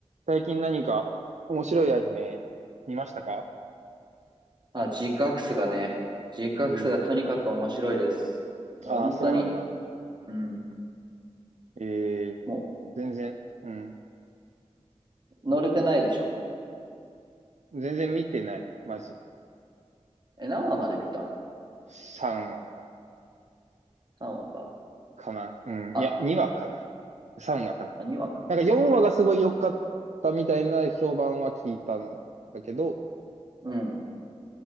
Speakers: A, on the right; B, on the right.
A: 最近何か面白いアニメ見ましたか
B: あ、ジークアクスがね、ジークアクスがとにかく面白いです。
A: うん。
B: 本当に。
A: ああ、そうなんだ。
B: うん。
A: ええ、
B: も
A: 全然、うん。
B: う、乗れてないでしょ。
A: 全然見てない。まず、
B: え、何話まで見た
A: 3話
B: ?3 話か。
A: かな。うん。
B: あ、
A: いや、2話かな。3話かな。
B: あ、2話か。
A: なんか4話がすごい良かったみたいな評判は聞いたんだけど、
B: うん。い